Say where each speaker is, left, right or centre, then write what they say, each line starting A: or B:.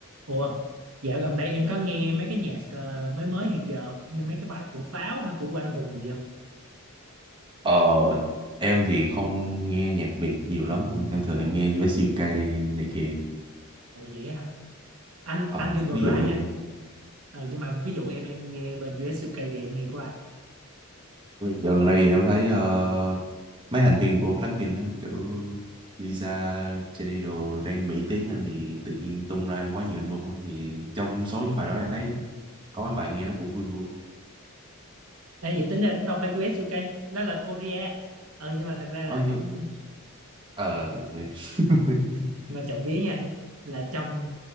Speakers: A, on the right; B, on the right.
A: Ủa, dạo gần đây em có nghe mấy cái nhạc ờ, mới mới hiện giờ không? như mấy cái bài của Pháo hay của Quang Hùng gì không?
B: Ờ, em thì không nghe nhạc Việt nhiều lắm, em thường em nghe US UK này kia.
A: Ủa vậy hả? Anh
B: Ờ,
A: anh thì ngược
B: ví dụ
A: lại
B: như-
A: nha. Ờ, nhưng mà ví dụ em em nghe bên US UK thì em nghe của ai?
B: dạo gần đây em thấy ờ, mấy thành viên của Blackpink á, kiểu Lisa, Jennie đồ đang Mỹ tiếng anh thì tự nhiên tung ra quá nhiều album á. Thì trong số những bài đó em thấy có mấy bài nghe nó cũng vui vui.
A: Ê, vậy tính ra cũng đâu phải US UK, đó là Korea. Ờ nhưng mà thật ra
B: Ờ,
A: là
B: như...
A: cũng
B: Ờ, <laughs>
A: nhưng mà trộm vía nha là trong